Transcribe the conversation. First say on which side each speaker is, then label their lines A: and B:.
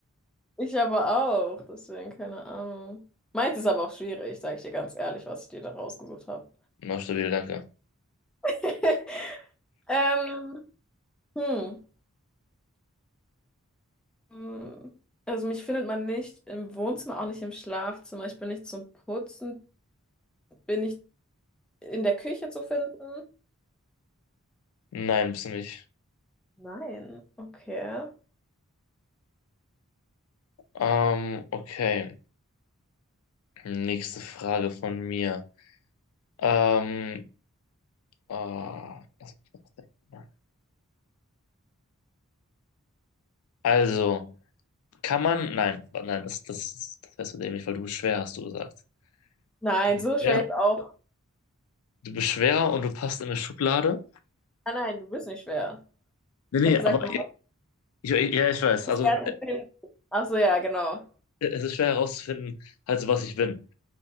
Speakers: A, in the centre; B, on the left.
A: Ich aber auch, deswegen keine Ahnung. Meins ist aber auch schwierig, sage ich dir ganz ehrlich, was ich dir da rausgesucht habe.
B: Na, stabil, danke.
A: <laughs> Ähm, hm. Hm. Also mich findet man nicht im Wohnzimmer, auch nicht im Schlafzimmer. Ich bin nicht zum Putzen. Bin ich in der Küche zu finden?
B: Nein, bist du nicht.
A: Nein. Okay.
B: Ähm, okay. Nächste Frage von mir. Ähm, ah, lass mich nachdenken. Also. Kann man? Nein, nein, das, das, das wärst du dämlich, weil du bist schwer, hast du gesagt.
A: Nein,
B: Du bist
A: so schwer
B: schwer,
A: ist auch.
B: du bist schwer und du passt in eine Schublade.
A: Ah nein, du bist nicht schwer.
B: Nee,
A: Ich
B: nee,
A: habe gesagt,
B: aber
A: Maus
B: ich, ich- ja, ich weiß.
A: ist
B: Also
A: schwer zu finden. Ach so, ja, genau.
B: äh, es ist schwer herauszufinden, halt so was ich bin.